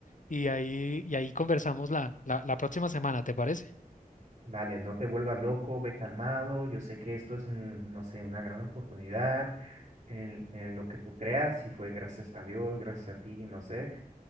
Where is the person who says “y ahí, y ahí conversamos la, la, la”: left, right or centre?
Left